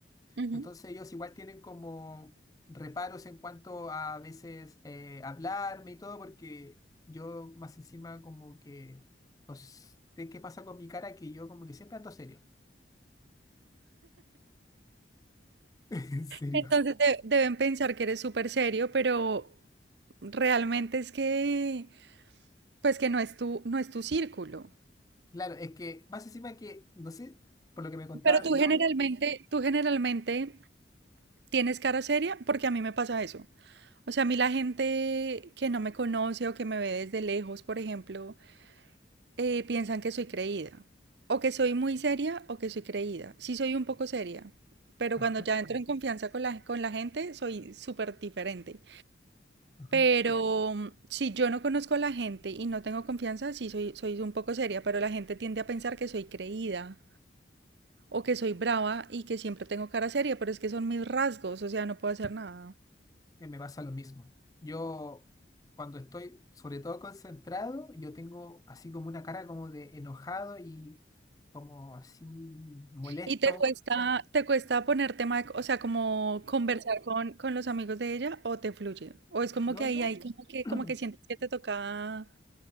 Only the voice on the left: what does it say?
Entonces, ellos igual tienen como reparos en cuanto a, a veces eh, hablarme y todo, porque yo más encima como que no sé qué pasa con mi cara, que yo como que siempre ando serio. <laughs> En serio.
Claro, es que más encima que, no sé, por lo que me contaba
mi
novia,
Ajá,
ajá.
que me pasa lo mismo. Yo, cuando estoy sobre todo concentrado, yo tengo así como una cara como de enojado y como así molesto.
No,
no.
<clears throat>